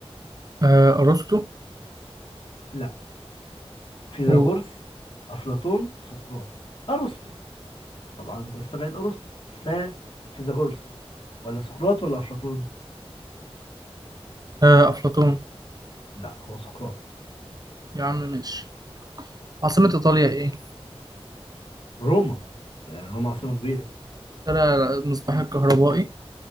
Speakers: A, on the right; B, on the left.
A: آه أرسطو
B: لا فيثاغورس
A: قول.
B: افلاطون سقراط ارسطو طبعا انت مستبعد ارسطو ف فيثاغورس ولا سقراط ولا افلاطون
A: آه أفلاطون
B: لا هو سقراط
A: يا عم ماشي عاصمة إيطاليا إيه؟
B: روما يعني روما عاصمه كبيره
A: اخترع المصباح الكهربائي